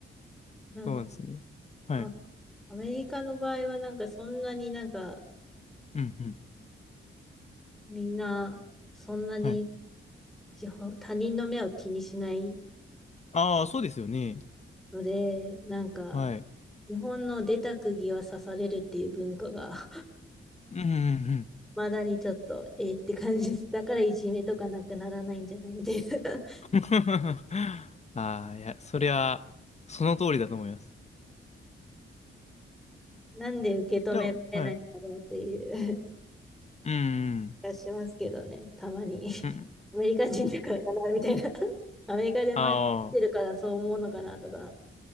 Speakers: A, in the centre; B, on the left.
A: なんか、
B: そうですね。はい。
A: あアメリカの場合はなんかそんなになんか
B: うんうん。
A: みんなそんなに
B: はい。
A: 自他人の目を気にしない
B: ああ、そうですよね。
A: ので、なんか
B: はい。
A: 日本の出た釘は刺されるっていう文化が、<laughs>
B: うんうん
A: まだにちょっと、えーって感じです。だからいじめとかなくならないんじゃないみたいな。
B: うん。<laughs> ああ、いや、それは、その通りだと思います。
A: <laughs> なんで受け止められないんだろうっていう
B: じゃあ、はい。うんうん
A: 気がしますけどね、たまに。<laughs>
B: うん。うん。
A: アメリカ人だからかな、みたいな。<laughs> アメリカで回してるからそう思うのかなとか。
B: ああ、